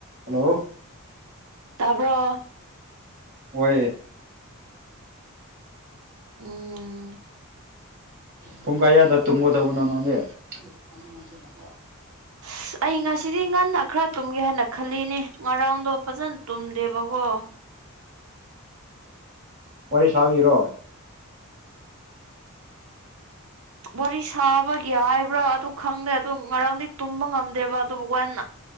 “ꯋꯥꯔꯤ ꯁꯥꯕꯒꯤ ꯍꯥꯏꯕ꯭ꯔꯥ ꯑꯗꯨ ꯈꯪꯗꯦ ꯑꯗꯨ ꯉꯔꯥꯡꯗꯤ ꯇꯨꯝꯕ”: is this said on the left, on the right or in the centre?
Right